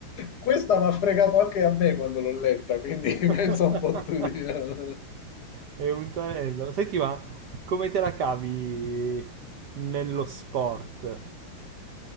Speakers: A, on the left; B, on the right.
A: Questa mi ha fregato anche a me quando l'ho letta, quindi <laughs>
B: <laughs>
A: penso un po' tu. diciamo.
B: È un tranello. Senti, ma come te la cavi nello sport?